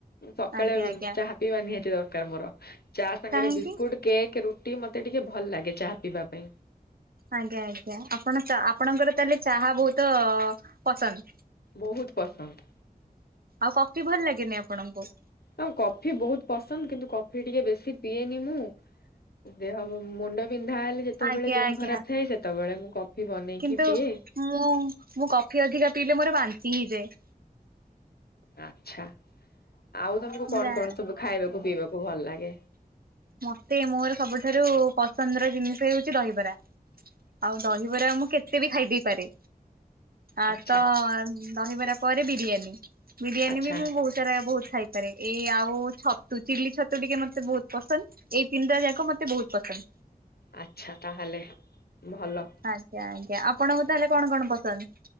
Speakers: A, on the left (about 80°); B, on the right (about 70°).
A: ସକାଳେ
B: ଆଜ୍ଞା ଆଜ୍ଞା
A: ଚାହା ପିଇବା ନିହାତି ଦର୍କାର୍ ମୋର ଚା ସାଙ୍ଗରେ
B: କାହିଁକି?
A: ବିସ୍କୁଟ୍ କେକ୍ ରୁଟି ମତେ ଟିକେ ଭଲ୍ ଲାଗେ ଚାହା ପିଇବା ପାଇଁ।
B: ଆଜ୍ଞା ଆଜ୍ଞା ଆପଣ ତ ଆପଣଙ୍କର ତାହେଲେ ଚାହା ବୋହୁତ ପସନ୍ଦ୍?
A: ବୋହୁତ୍ ପସନ୍ଦ୍।
B: ଆଉ କଫି ଭଲ୍ ଲାଗେନି ଆପଣଙ୍କୁ?
A: ହଁ କଫି ବୋହୁତ୍ ପସନ୍ଦ୍ କିନ୍ତୁ କଫି ଟିକେ ବେଶି ପିଏନି ମୁଁ। ଦେହ ମୁଣ୍ଡ ବିନ୍ଧା ହେଲେ ଯେତେବେଳେ
B: ଆଜ୍ଞା
A: ଦେହ
B: ଆଜ୍ଞା
A: ଖରାପ ଥାଏ ସେତେବେଳେ ମୁଁ କଫି ବନେଇକି
B: କିନ୍ତୁ
A: ପିଏ।
B: ମୁଁ ମୁଁ କଫି ଅଧିକା ପିଇଲେ ମୋର ବାନ୍ତି ହେଇଯାଏ।
A: ଆଛା ଆଉ ତମୁକୁ
B: ମୁଁ
A: କଣ
B: ଯା
A: କଣ ସବୁ ଖାଇବାକୁ ପିଇବାକୁ ଭଲ୍ ଲାଗେ?
B: ମତେ ମୋର ସବୁଠାରୁ ପସନ୍ଦର ଜିନିଷ ହେଉଛି ରହିବରା। ଆଉ ଦହିବରା ମୁଁ କେତେ ବି ଖାଇଦେଇ ପାରେ। ଆ
A: ଆଚ୍ଛା
B: ତ ରହିବାର ପରେ ବିରିୟାନୀ, ବିରିୟାନୀ
A: ଆଚ୍ଛା
B: ବି ମୁଁ ବୋହୁ ବୋହୁତ୍ ଖାଇପାରେ ଏଇ ଆଉ ଛତୁ ଚିଲି ଛତୁ ଟିକେ ମତେ ବୋହୁତ୍ ପସନ୍ଦ୍। ଏଇ ତିନ୍ଟା ଯାକ ମୋତେ ବୋହୁତ୍ ପସନ୍ଦ୍।
A: ଆଚ୍ଛା ତାହେଲେ ଭଲ।
B: ଆଜ୍ଞା ଆଜ୍ଞା ଆପଣଙ୍କୁ ତାହେଲେ କଣ କଣ ପସନ୍ଦ୍?